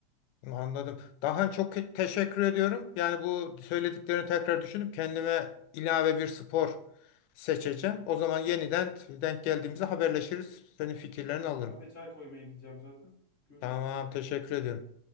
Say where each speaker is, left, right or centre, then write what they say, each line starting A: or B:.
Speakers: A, on the left; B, on the left.
A: Anladım. Daha çok ke- teşekkür ediyorum. Yani bu söylediklerini tekrar düşünüp kendime ilave bir spor seçeceğim. O zaman yeniden denk geldiğimizde haberleşiriz. Senin fikirlerini
B: Tamam
A: alırım.
B: ben de çay koymaya gideceğim zaten. Görüşürüz.
A: Tamam, teşekkür ediyorum.